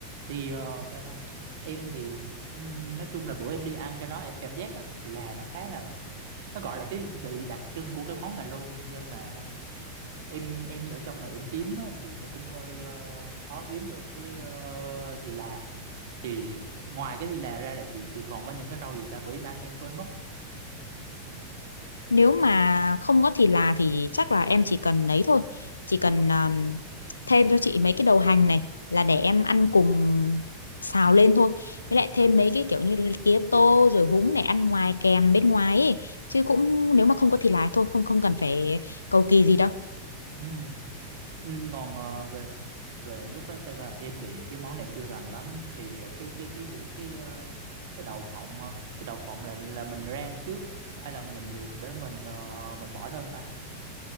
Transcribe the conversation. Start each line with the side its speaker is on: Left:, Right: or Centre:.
Right: thì ờ, sao ta em thì ừm, nói chung là bữa em đi ăn cái đó em cảm giác á thì là nó khá là nó gọi là cái vị đặc trưng của cái món này luôn nhưng mà em em ở trong này em kiếm á, thì nó cũng hơi ờ, khó kiếm được cái ờ, thì là thì ngoài cái thì là ra là chị chị còn có những cái rau gì ta bởi mang em quên mất
Left: nếu mà không có thịt là thì chắc là em chỉ cần lấy thôi chỉ cần um, thêm cho chị mấy cái đầu hành này là để em ăn cùng xào lên thôi với lại thêm mấy cái kiểu như tía tô rồi húng để ăn ngoài kèm bên ngoài ấy. chứ cũng nếu mà không có thịt là thôi không không cần phải cầu kỳ gì đâu
Right: ừ. ừ, còn ờ, về về lúc đó ta, ta em thì cái món này em chưa rành lắm thì ờ, cái cái cái gì cái ờ, cái đậu phộng hả cái đậu phộng là là mình rang trước hay là mình luộc để mình ờ, mình bỏ lên ta